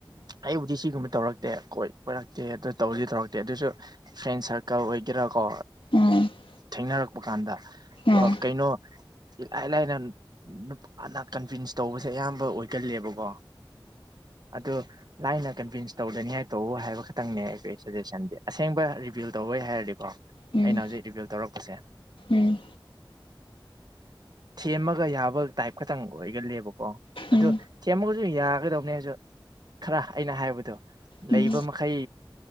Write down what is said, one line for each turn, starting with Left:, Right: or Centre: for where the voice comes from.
Right: ꯑꯩꯕꯨꯗꯤ ꯁꯤꯒꯨꯝꯕ ꯇꯧꯔꯛꯇꯦ ꯀꯣꯏ ꯀꯣꯏꯔꯛꯇꯦ ꯑꯗꯨ ꯇꯧꯁꯨ ꯇꯧꯔꯛꯇꯦ ꯑꯗꯨꯁꯨ ꯐ꯭ꯔꯦꯟ ꯁꯥꯔꯀꯜ ꯑꯣꯏꯒꯦꯔꯥ ꯀꯣ
Left: ꯑꯥ
Right: ꯊꯦꯡꯅꯔꯛꯄ ꯀꯥꯟꯗ
Left: ꯑꯥ ꯑꯥ
Right: ꯀꯩꯅꯣ ꯏꯂꯥꯏ ꯂꯥꯏꯅ ꯅꯨꯄꯥꯅ ꯀꯟꯚꯤꯟꯁ ꯇꯧꯕꯁꯦ ꯑꯌꯥꯝꯕ ꯑꯣꯏꯒꯂꯦꯕꯀꯣ ꯑꯗꯨ ꯂꯥꯏꯅ ꯀꯟꯚꯤꯟꯁ ꯇꯧꯗꯅꯤ ꯍꯥꯏ ꯇꯧ ꯍꯥꯏꯕ ꯈꯛꯇꯪꯅꯦ ꯑꯩꯈꯣꯏ ꯁꯖꯦꯁꯟꯗꯤ ꯑꯁꯦꯡꯕ ꯔꯤꯕꯚꯤꯌꯨ ꯇꯧꯕꯩ ꯍꯥꯏꯔꯗꯤꯀꯣ
Left: ꯎꯝ
Right: ꯑꯩꯅ ꯍꯧꯖꯤꯛ ꯔꯤꯕꯤꯜ ꯇꯧꯔꯛꯄꯁꯦ
Left: ꯎꯝ
Right: ꯁꯦꯝꯃꯒ ꯌꯥꯕ ꯇꯥꯏꯞ ꯈꯇꯪ ꯑꯣꯏꯒꯜꯂꯦꯕꯀꯣ ꯑꯗꯨꯗ
Left: ꯎꯝ ꯎꯝ
Right: ꯁꯦꯝꯃꯒꯁꯨ ꯌꯥꯒꯗꯧꯕꯅꯦꯁꯨ ꯈꯔ ꯑꯩꯅ ꯍꯥꯏꯕꯗꯣ
Left: ꯎꯝ
Right: ꯂꯩꯕ ꯈꯩ